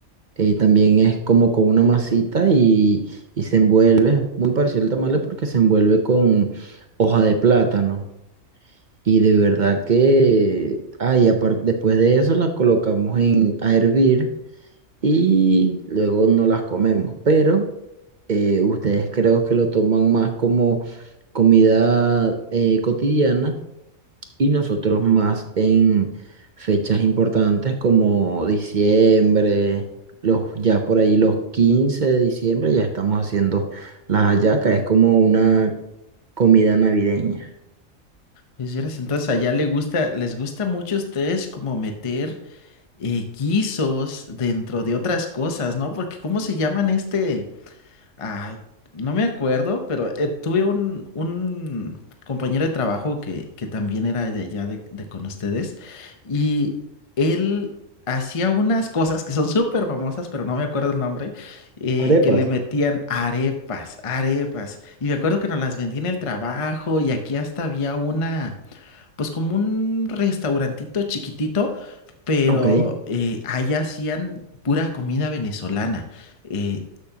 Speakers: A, on the right; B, on the left.
A: eh, también es como con una masita y, y se envuelve, muy parecido al tamale porque se envuelve con hoja de plátano. Y de verdad que, ay, aparte, después de eso la colocamos en, a hervir. y luego no las comemos. Pero eh, ustedes creo que lo toman más como comida eh, cotidiana y nosotros más en fechas importantes como diciembre, los, ya por ahí los 15 de diciembre ya estamos haciendo las hallacas, es como una comida navideña.
B: Pues vieras, entonces allá le gusta, les gusta mucho a ustedes como meter eh, guisos dentro de otras cosas, ¿no? Porque ¿cómo se llaman este? Ay, no me acuerdo, pero eh, tuve un, un compañero de trabajo que, que también era de allá de, de con ustedes y él hacía unas cosas que son súper famosas, pero no me acuerdo el nombre, eh,
A: Arepas.
B: que le metían arepas, arepas. Y me acuerdo que nos las vendía en el trabajo y aquí hasta había una pues como un restaurantito chiquitito, pero
A: Ok,
B: eh, ahí hacían pura comida venezolana. Eh,